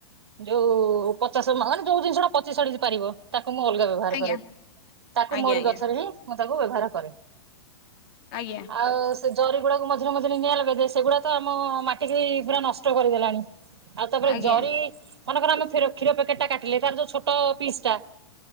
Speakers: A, on the right; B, on the left.
A: ଯୋଉ ପଚା ଶ ମାନେ ଯୋଉ ଜିନିଷଟା ପଚି ସଢି ପାରିବ ତାକୁ ମୁଁ ଅଲଗା ବ୍ୟବହାର
B: ଆଜ୍ଞା
A: କରେ, ତାକୁ
B: ଆଜ୍ଞା
A: ମୋରି ଗଛରେ
B: ଆଜ୍ଞା
A: ହିଁ ମୁଁ ତାକୁ ବ୍ୟବହାର କରେ।
B: ଆଜ୍ଞା।
A: ଆଉ ସେ ଜରି ଗୁଡାକୁ ମଝିରେ-ମଝିରେ ନିଆଁ ଲଗେଇ ଦିଏ, ସେଗୁଡା ତ ଆମ ମାଟିିକି ପୁରା ନଷ୍ଟ କରିଦେଲାଣି। ଆଉ ତାପରେ
B: ଆଜ୍ଞା
A: ଜରି ମନେକର ଆମେ କ୍ଷୀର-କ୍ଷୀର ପ୍ୟାକେଟ୍ ଟା କାଟିଲେ, ତାର ଯୋଉ ଛୋଟ ପିସ୍ ଟା